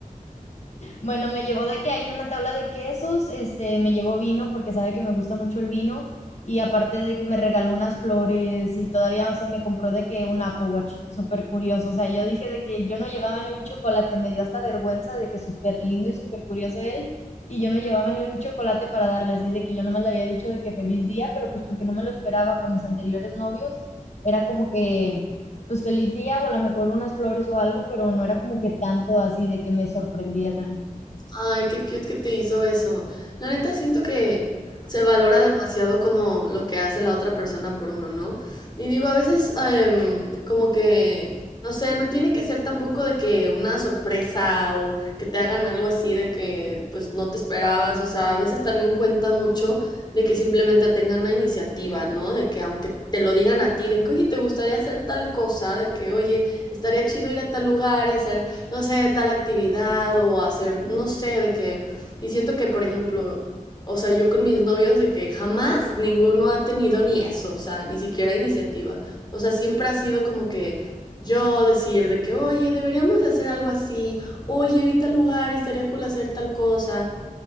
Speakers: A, on the left (about 55°); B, on the left (about 30°).
A: Bueno, me llevó de que hay una tabla de quesos, este, me llevó vino porque sabe que me gusta mucho el vino y aparte de que me regaló unas flores y todavía, o sea, me compró de que un Apple Watch, súper curioso, o sea, yo dije de que yo no llevaba ni un chocolate, me dio hasta vergüenza de que súper lindo y súper curioso él y yo no llevaba ni un chocolate para darle, así de que yo nomás le había dicho de que feliz día, pero pues porque no me lo esperaba con mis anteriores novios, era como que pues feliz día o a lo mejor unas flores o algo, pero no era como que tanto así de que me sorprendieran.
B: Ay, qué cute que te hizo eso. La neta siento que se valora demasiado como lo que hace la otra persona por uno, ¿no? Y digo, a veces em, como que, no sé, no tiene que ser tampoco de que una sorpresa o que te hagan algo así de que pues no te esperabas. O sea, a veces también cuenta mucho de que simplemente tengan la iniciativa, ¿no? De que aunque te lo digan a ti, de que, oye, ¿te gustaría hacer tal cosa? De que, oye, estaría chido ir a tal lugar y hacer no sé, tal actividad o hacer, no sé, de que... Y siento que, por ejemplo, o sea, yo con mis novios de que jamás ninguno ha tenido ni eso, o sea, ni siquiera iniciativa. O sea, siempre ha sido como que yo decir de que, oye, deberíamos de hacer algo así, oye, vi tal lugar, estaría cool hacer tal cosa.